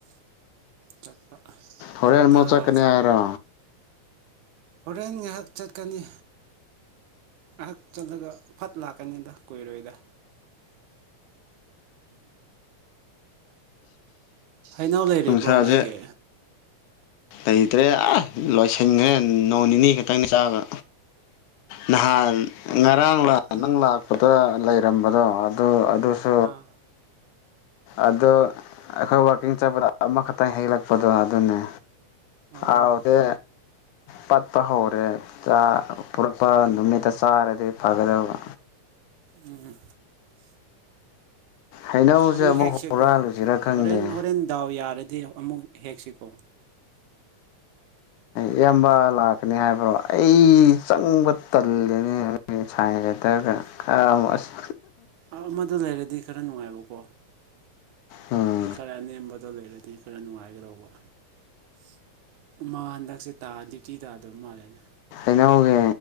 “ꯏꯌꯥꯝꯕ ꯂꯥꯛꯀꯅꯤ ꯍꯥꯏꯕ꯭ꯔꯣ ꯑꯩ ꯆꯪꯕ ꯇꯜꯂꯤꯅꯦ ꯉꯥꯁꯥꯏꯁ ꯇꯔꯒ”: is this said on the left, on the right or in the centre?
Left